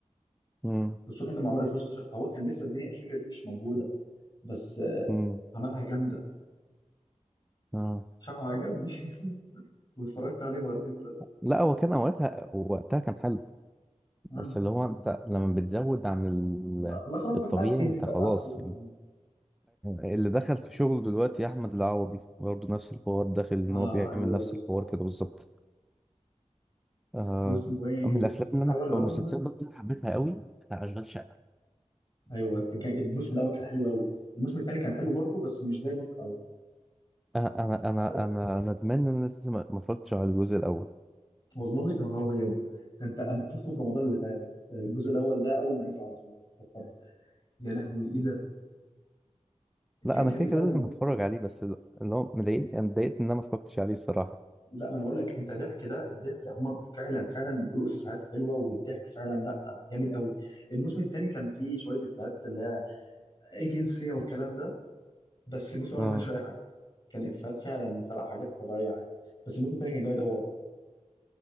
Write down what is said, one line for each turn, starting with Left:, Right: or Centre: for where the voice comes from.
Centre: مم.
Left: الاسطوره كان معمول 2016 فهو كان لسه الدنيا الفكره دي مش موجوده بس آه،
Centre: مم.
Left: عملها جامده
Centre: آه.
Left: شعره عجبني <laughs> واتفرجت عليه مرتين دلوقتي
Centre: لا هو كان وقتها وقتها كان حلو
Left: اه
Centre: بس اللي هو انت لما بتزود عن ال...
Left: آه، لا خلاص
Centre: الطبيعي
Left: بقى انت عارف تهري
Centre: انت
Left: بقى
Centre: خلاص
Left: عارف تهري، آه.
Centre: اللي دخل في شغله دلوقتي يا احمد العوضي برضه نفس الحوار داخل ان
Left: اه
Centre: هو بيعمل
Left: ايوه
Centre: نفس
Left: بالظبط
Centre: الحوار كده بالظبط آه
Left: واسمه ايه؟
Centre: من الافلام اللي
Left: يا
Centre: انا
Left: عم انا
Centre: أو المسلسلات
Left: بحب
Centre: برضه اللي حبيتها قوي بتاع اشغال شقه
Left: ايوه كان الموسم الاول كان حلو قوي الموسم الثاني كان حلو برضه بس مش زي الموسم الاول
Centre: انا انا انا
Left: ب-
Centre: انا أنا ندمان ان انا لسه ما ما اتفرجتش على الجزء الاول
Left: والله يا نهار ابيض ده انت انا شفته في رمضان اللي فات آه، الجزء الاول ده اول ما نزل على طول بتفرج يا لهوي ايه ده
Centre: لا
Left: كان
Centre: انا
Left: جميل
Centre: كده كده
Left: قوي
Centre: لازم هتفرج عليه بس ال- اللي هو مضايقني انا اتضايقت ان انا ما اتفرجتش عليه الصراحه
Left: لا انا بقول لك انت ضحك ده الضحك هم فعلا فعلا بيقولوا افيهات حلوه والضحك فعلا لا جامد قوي الموسم الثاني كان فيه شويه افيهات اللي هي جنسيه والكلام ده بس الموسم الاول
Centre: اه
Left: ما كانش فيه اي حاجه كان افيهات فعلا خلق حاجات طبيعيه عادي بس الموسم الثاني كان جامد قوي برضه